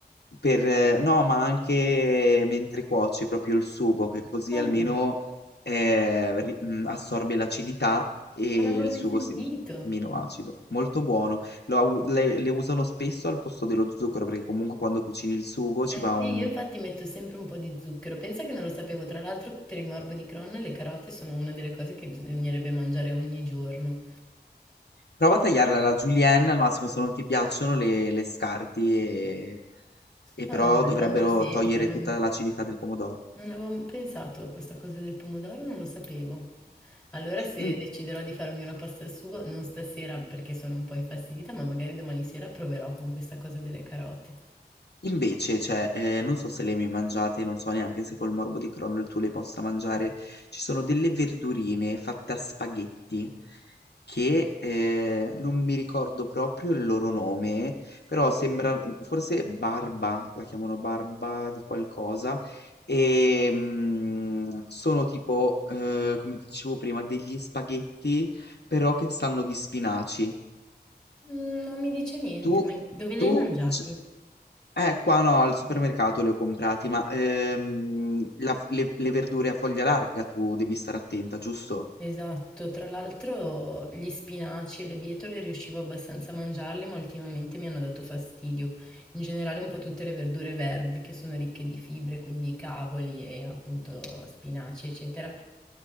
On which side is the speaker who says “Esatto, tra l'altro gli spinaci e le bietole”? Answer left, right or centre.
Centre